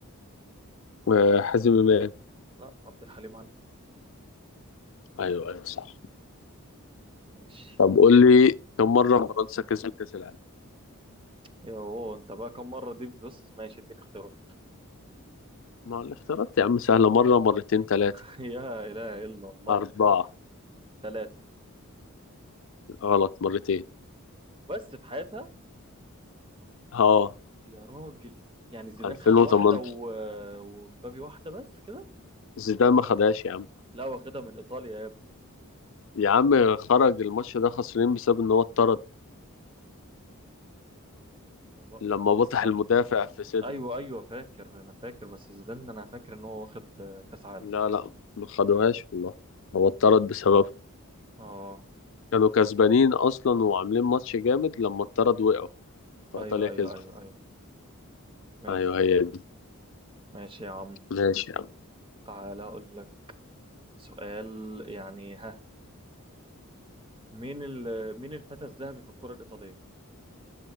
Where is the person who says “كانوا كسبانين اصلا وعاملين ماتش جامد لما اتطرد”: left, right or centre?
Left